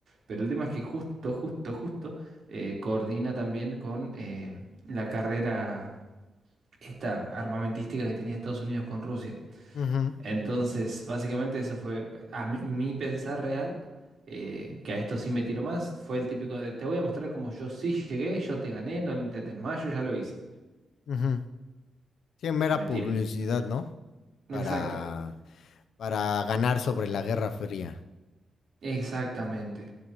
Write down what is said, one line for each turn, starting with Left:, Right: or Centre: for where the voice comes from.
Right: Pero el tema es que justo, justo, justo eh, coordina también con eh, la carrera esta armamentística que tenía Estados Unidos con Rusia.
Left: Mhm.
Right: Entonces, básicamente eso fue a mi, mi pensar real, eh, que a esto sí me tiro más, fue el típico de te voy a mostrar cómo yo sí llegué, yo te gané, no lo intentes más, yo ya lo hice.
Left: Mhm. Sí, mera
Right: Y mentira.
Left: publicidad, ¿no? Para,
Right: Exacto,
Left: para ganar sobre la Guerra Fría.
Right: exactamente.